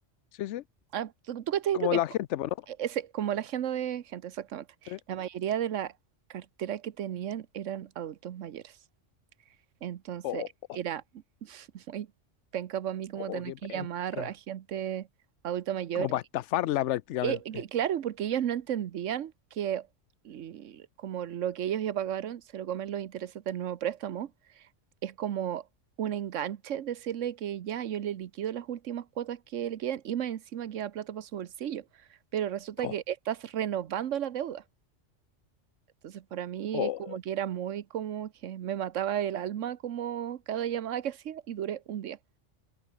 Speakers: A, on the left; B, on the right.
A: Sí, sí.
B: Ah, ¿tú, tú cachai
A: Como
B: lo que
A: la
B: es? po?
A: gente, pues, ¿no?
B: E, Ese, como la agenda de gente, exactamente.
A: ¿Eh?
B: La mayoría de la cartera que tenían eran adultos mayores. Entonces
A: Oh, oh,
B: era <laughs> muy penca para mí como
A: oh,
B: tener
A: qué
B: que
A: penca.
B: llamar a gente adulta mayor.
A: Como para estafarla prácticamente.
B: Eh, que- claro, porque ellos no entendían que l- como lo que ellos ya pagaron se lo comen los intereses del nuevo préstamo es como un enganche decirle que ya yo le liquido las últimas cuotas que le quedan y más encima queda plata para su bolsillo. Pero resulta
A: Oh,
B: que estás renovando la deuda. Entonces para mí
A: oh.
B: como que era muy como que me mataba el alma como cada llamada que hacía y duré un día.